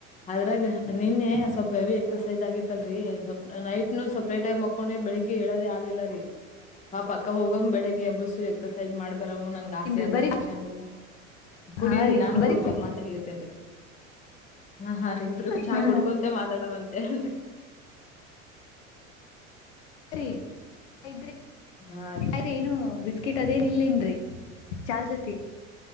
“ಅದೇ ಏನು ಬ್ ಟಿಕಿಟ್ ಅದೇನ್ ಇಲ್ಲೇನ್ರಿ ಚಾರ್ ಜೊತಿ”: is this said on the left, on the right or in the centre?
Left